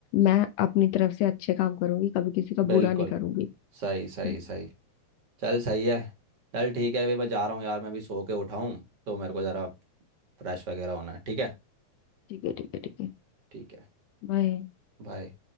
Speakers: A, on the left; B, on the right.
A: मैं अपनी तरफ से अच्छे काम करूंगी कभी किसी का
B: बिल्कुल
A: बुरा नहीं करूंगी
B: सही
A: ठीक
B: सही सही चल सही है चल ठीक है फिर मैं जा रहा हूँ यार मैं अभी सो के उठा हूँ तो मेरे को ज़रा फ्रेश वगैरह होना है ठीक है
A: है ठीक है ठीक है
B: ठीक है
A: बाय
B: बाय